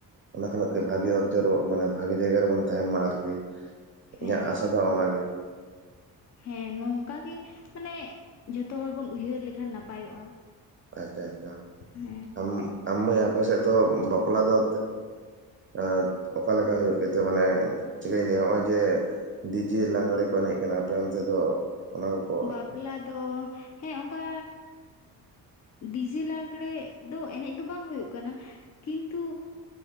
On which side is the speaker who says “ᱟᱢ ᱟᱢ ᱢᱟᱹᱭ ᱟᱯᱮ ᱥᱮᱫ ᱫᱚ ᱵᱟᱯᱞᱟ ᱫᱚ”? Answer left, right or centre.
Right